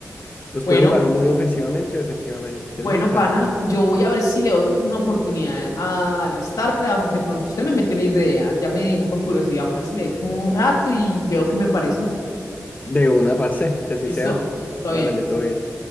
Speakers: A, on the left; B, on the left.
A: Los
B: Bueno,
A: puede jugar o muy ofensivamente o defensivamente. Es
B: Bueno,
A: brutal.
B: pana, yo voy a ver si le doy una oportunidad a StarCraft. De pronto usted me metió la idea, ya me dijo con curiosidad, voy a ver si le echo un rato y veo qué me parece.
A: De una, parce, que así
B: Listo,
A: sea.
B: todo bien.
A: Hágale todo bien.